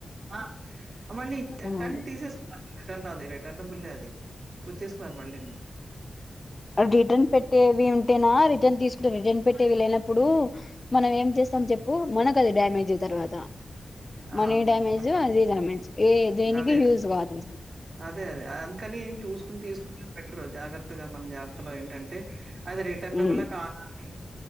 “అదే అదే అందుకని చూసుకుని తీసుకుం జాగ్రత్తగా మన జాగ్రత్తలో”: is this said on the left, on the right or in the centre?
Right